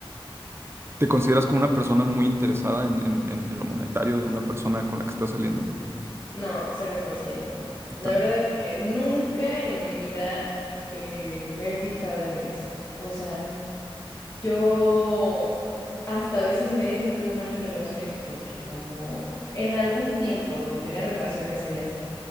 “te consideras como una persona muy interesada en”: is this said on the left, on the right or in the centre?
Right